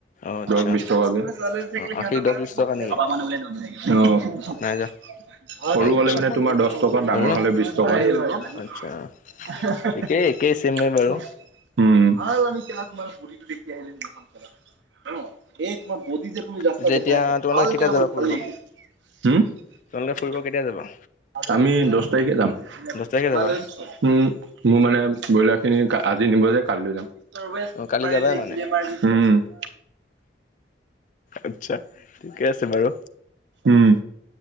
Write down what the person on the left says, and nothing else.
অ আচ্ছা
অ আশী দহ বিশ টকা নেকি নাই যোৱা
আচ্ছা
নাজানো
আচ্ছা
ঠিকেই একেই চেমে বাৰু
পিছে
এতিয়া
তোমালোকে
কেতিয়া
যাবা
ফুৰিব
তোমালোকে ফুৰিব
কেতিয়া যাবা
দহ তাৰিখে যাবা
অ
কালি যাবাই মানে
আচ্ছা ঠিকে আছে বাৰু।